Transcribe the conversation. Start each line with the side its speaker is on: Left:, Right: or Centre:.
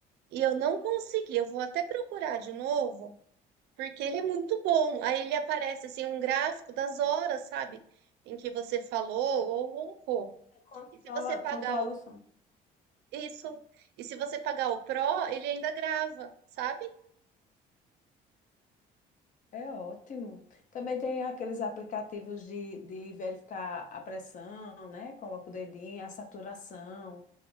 Right: e eu não consegui. Eu vou até procurar de novo Porque ele é muito bom. Aí ele aparece assim um gráfico das horas, sabe? Em que você falou ou roncou.
Left: controla,
Right: E se você pagar
Left: controla
Right: o
Left: o sono.
Right: isso, e se você pagar o Pro, ele ainda grava, sabe?
Left: É ótimo. Também tem aqueles aplicativos de, de verificar a pressão, né? Coloca o dedinho, a saturação.